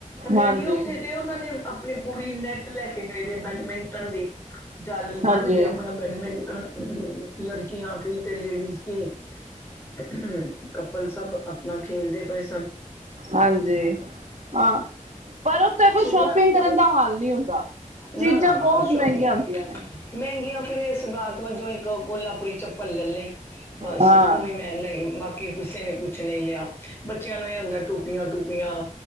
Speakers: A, on the left; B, on the right.
A: ਮੈਂ
B: ਹਾਂਜੀ
A: ਨ ਉੱਥੇ ਤੇ ਉਹਨਾਂ ਨੇ ਆਪਣੇ ਪੂਲ ਨੈੱਟ ਲੈ ਕੇ ਗਏ ਦੇ ਬੈਡਮਿੰਟਨ ਦੀ। ਜਾਲੀ
B: ਹਾਂਜੀ
A: ਬੰਨ ਕੇ ਆਪਣਾ ਬੈਡਮਿੰਟ <inaudible> ਲੜਕੀਆਂ ਕੀ ਤੇ ਲੇਡੀਜ਼ ਕੀ <inaudible> ਕਪਲ ਸਭ ਅ ਨਾਲ ਖੇਲਦੇ ਪੈਏ <inaudible>
B: ਹਾਂਜੀ ਹਾਂ ਪਰ ਉੱਥੇ ਕੋਈ
A: ਸ਼ਿਮਲਾ
B: ਸ਼ੋਪਿੰਗ ਕਰਨ ਦਾ ਹਾਲ ਨਹੀਂ ਹੁੰਦਾ
A: ਨਾ-ਨਾ-ਨਾ
B: ਚੀਜ਼ਾਂ ਬਹੁਤ
A: ਸ਼ੋ
B: ਮਹਿੰਗੀਆਂ
A: ਮਹਿੰਗੀਆਂ
B: ਆਉਂਦੀਆਂ ਨੇ
A: ਫਿਰ ਇਸ ਗਲ ਵਜੋਂ ਇੱਕ ਕੋਲਾਪੁਰੀ ਚੱਪਲ ਲੈ ਲਈ। ਬਸ
B: ਹਾਂ
A: ਉਹ ਵੀ ਮੈਂ ਲਈ ਬਾਕੀ ਕੁਛ ਤੇ ਕੁੱਛ ਨਹੀਂ ਲਿਆ। ਬੱਚਿਆਂ ਨੂੰ ਇਹ ਹੁੰਦਾ ਟੋਪੀਆਂ, ਟੋਪੀਆਂ